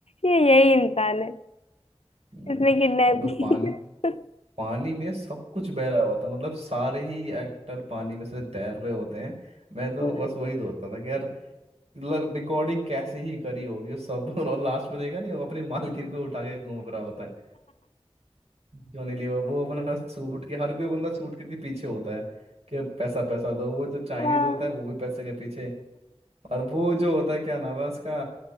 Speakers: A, on the left; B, on the right.
A: ये यही इंसान है
B: वही
A: इसने किडनैप
B: और तो पानी
A: किया <laughs>
B: पानी में सब कुछ बह रहा होता है मतलब सारे ही एक्टर पानी में से तैर रहे होते हैं मैं तो
A: पूरा-
B: बस वही सोचता था कि यार मतलब रिकॉर्डिंग कैसे ही करी होगी वो सब <laughs> और लास्ट में देखा नहीं वो अपने मालकिन को उठा के घूम रहा होता है जॉनी लीवर वो अपना सूट के हर कोई बंदा सूट के पीछे होता है कि पैसा पैसा दो वो जो चाइनीज
A: हाँ।
B: होता है वो भी पैसे के पीछे और वो जो होता है क्या नाम है उसका